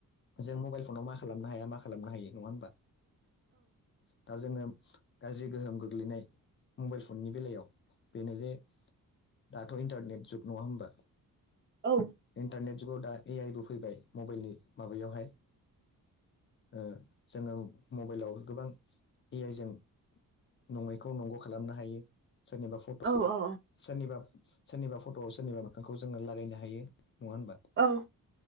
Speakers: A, on the left; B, on the right.
A: जों मबाइल फनाव मा खालामनो हाया मा खालामनो हायो नङा होमबा दा जोङो गाज्रि गोहोम गोग्लैनाय मबाइल फननि बेलायाव बेनो जे दाथ' इन्टारनेट जुग नङा होमबा
B: औ
A: इन्टारनेट जुगाव दा ए आइबो फैबाय मबाइलनि माबायावहाय ओ जोङो मबाइलाव गोबां ए आइ जों नङैखौ नंगौ खालामनो हायो सोरनिबा फट'खौ
B: औ औ
A: सोरनिबा सोरनिबा फट'आव सोरनिबा मोखांखौ जोङो लागायनो हायो नङा होनबा
B: औ औ